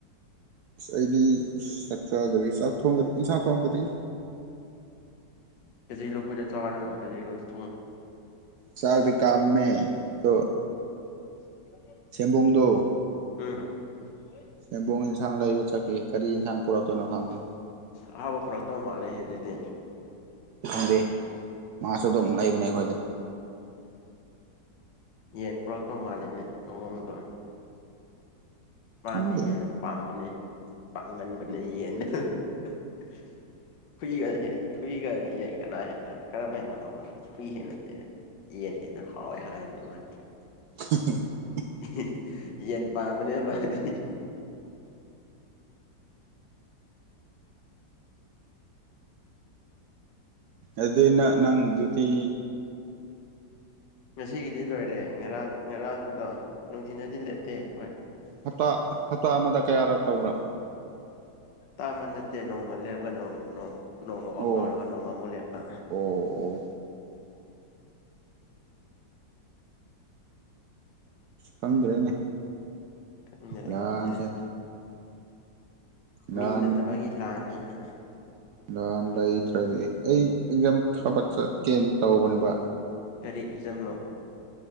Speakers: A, on the right; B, on the left.
A: ꯁ ꯑꯩꯗꯤ ꯁ ꯆꯥꯛ ꯆꯥꯗꯔꯤ ꯆꯥꯛ ꯊꫭꯡꯗꯔꯤ ꯏꯟꯁꯥꯡ ꯊꯣꯡꯗꯔꯤ
B: ꯉꯁꯤ ꯂꯨꯈꫭꯏꯗ ꯆꯥꯔꫭꯗꯅꯥ <unintelligible>
A: ꯆꯥꯛꯗꯤ ꯀꯥꯝꯃꯦ ꯑꯗꯨ
B: <inaudible>
A: ꯁꯦꯝꯕꫭꯡꯗꫭ
B: ꯑ ꯎꯋꫭ
A: ꯁꯦꯝꯕꯣꯡ ꯏꯟꯁꯥꯡ ꯂꯩꯕ ꯆꯠꯈꯤ ꯀꯔꯤ ꯌꯦꯟꯁꯥꯡ ꯄꯨꯔꯛꯇꯣꯏꯅꯣ ꯈꯪꯗꯦ
B: ꯑꯍꯥꯥꯎꯕ ꯄꯨꯔꯛꯇꯧ ꯃꯥꯜꯂꯦꯍꯦ ꯑꯗꯨꯗꯤ
A: ꯈꯪꯗꯦ ꯃꯥꯁꯨ ꯑꯗꯨꯝ ꯂꯩꯕꯅꯦ ꯑꯩꯈꯣꯏꯗ
B: ꯌꯦꯟ ꯄꯨꯔꯛꯇꯧ ꯃꯥꯜꯂꯤꯅꯦ ꯃꯑꯣꯡꯗꯣ ꯃꯥꯗꯤ
A: ꯈꯪꯗꯦꯗ
B: ꯌꯦꯟꯅ ꯄꯥꯝꯕꯅꯦ, ꯄꯥꯝꯒꯟꯕꯅꯦ ꯌꯦꯟꯅ <unintelligible> ꯍꯨꯏꯒ ꯍꯦ ꯍꯨꯏꯒ ꯌꯦꯟ ꯀꯅꯥ ꯍꯦꯟꯅ ꯀꯔꯝꯕ ꯍꯦꯟꯅ ꯍꯥꯎꯕ꯭ꯔ ꯍꯥꯏꯃꯦ ꯍꯨꯏ ꯍꯩꯅꯗꯦ ꯌꯦꯟꯅ ꯍꯦꯟꯅ ꯍꯥꯎꯋꯦ ꯍꯥꯏꯕꯅꯤ ꯃꯥꯗꯤ꯫
A: <inaudible>
B: <unintelligible> ꯌꯦꯟ꯫ ꯄꯥꯝꯕꯅꯦ ꯃꯥꯗꯤ꯫
A: ꯑꯗꯨꯅ ꯅꯪꯗꯨꯗꯤ
B: ꯉꯁꯤꯒꯤꯗꯤ ꯂꯣꯏꯔꯦ ꯉꯔꯥꯡ ꯉꯔꯥꯡꯒꯤꯗꯣ ꯅꯨꯡꯊꯤꯟꯗꯗꯤ
A: ꯎꯝ
B: ꯂꯦꯞꯇꯦ ꯑꯩꯈꯣꯏ
A: ꯍꯇꯥ ꯍꯇꯥ ꯑꯃꯗ ꯀꯌꯥꯔꯛ ꯇꯧꯔ
B: ꯍꯞꯇꯥ ꯑꯃ ꯅꯠꯇꯦ ꯅꯣꯡꯃ ꯂꯦꯞ ꯒ ꯅꯣꯡ ꯅꯣꯡ ꯅꯣꯡꯃ ꯑꯣꯐ
A: ꯑꯣ
B: ꯇꯧꯔꯒ ꯅꯣꯡꯃꯃꯨ ꯂꯦꯞꯄ
A: ꯑꯣ ꯑꯣ ꯈꯪꯗ꯭ꯔꯦꯅꯦ
B: ꯈꯪꯗꯔꯦ
A: ꯂꯥꯟꯁꯦ
B: ꯈꯪꯗꯔꯦ
A: ꯂꯥꯟ
B: ꯃꯤ ꯅꯠꯇꯕꯒꯤ ꯂꯥꯟꯅꯤꯅ
A: ꯂꯥꯟ ꯂꯩꯇ꯭ꯔꯗꯤ ꯑꯩ ꯑꯦꯛꯖꯥꯝ ꯊꯥꯕ ꯆꯠꯀꯦꯅ ꯇꯧꯕꯅꯦꯕ
B: ꯀꯔꯤ ꯑꯦꯛꯖꯥꯝꯂꯣ